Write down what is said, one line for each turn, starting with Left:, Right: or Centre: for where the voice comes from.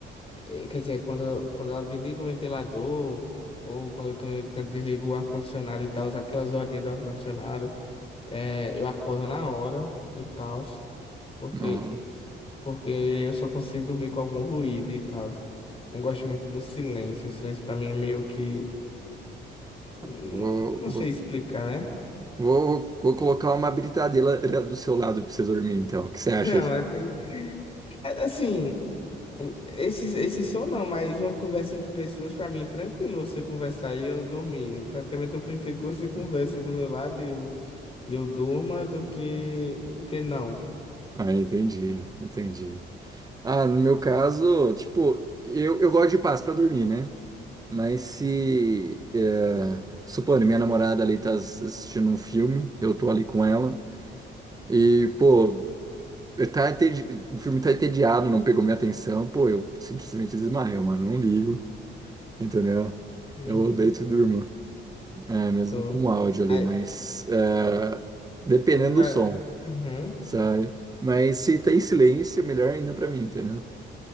Left: eh, quer dizer, quando, eu- quando ela desliga o ventilador, ou quando eu tô, indo- quando desligo o ar-condicionado e tal, aquelas horinhas do ar-condicionado, eh, eu acordo na hora e tal, porque
Right: Nossa.
Left: porque eu só consigo dormir com algum ruído e tal. Não gosto muito do silêncio. O silêncio pra mim é meio que. Não,
Right: Vou,
Left: não sei
Right: vou,
Left: explicar, né?
Right: vou, vou colocar uma britadeira do seu lado para você dormir, então. O
Left: <laughs>
Right: que você acha
Left: Não,
Right: aí?
Left: é tem. é- Assim, esses esses som não, mas uma conversa entre pessoas, pra mim, é tranquilo você conversar e eu dormir. Eu praticamente eu prefiro que você converse
Right: <laughs>
Left: do meu lado e eu, e eu durma do que, do que não.
Right: Ah, entendi, entendi. Ah, no meu caso, tipo, eu, eu gosto de paz pra dormir, né? Mas se, é, supondo, minha namorada ali tá ass- assistindo um filme, eu tô ali com ela, e, pô, eu tá entedi- o filme tá entediado, não pegou minha atenção, pô, eu simplesmente desmaio, mano, não ligo, entendeu?
Left: Uhum,
Right: Eu deito e durmo, é, mesmo
Left: tô.
Right: com áudio ali,
Left: Mas,
Right: mas é, dependendo
Left: quando
Right: do
Left: eu era,
Right: som,
Left: Uhum.
Right: sabe? Mas se tem silêncio, melhor ainda pra mim, entendeu?